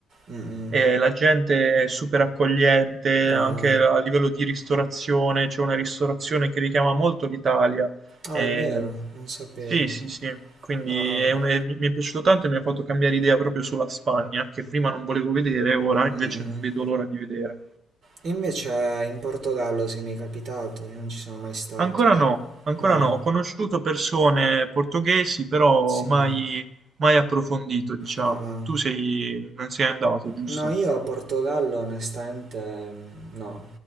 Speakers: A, on the right (about 70°); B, on the right (about 50°).
A: Mm-mm.
B: E la gente è super accogliente,
A: Ah,
B: anche
A: ah.
B: a livello di ristorazione, c'è una ristorazione che richiama molto l'Italia.
A: Ah,
B: E-
A: è vero, non sapevo.
B: Sì, sì, sì, quindi
A: Ah,
B: è
A: ah.
B: un- è- mi mi è piaciuto tanto e mi ha fatto cambiare idea proprio sulla Spagna, che prima non volevo vedere, ora invece
A: Mm-mm.
B: non vedo l'ora di vedere.
A: Invece in Portogallo sei mai capitato, io non ci sono mai stato.
B: Ancora no, ancora
A: Ah,
B: no. Ho conosciuto persone portoghesi, però
A: sì.
B: mai, mai approfondito, diciamo.
A: Ah, ah.
B: Tu sei, non sei andato, giusto?
A: No, io Portogallo onestamente mm, no.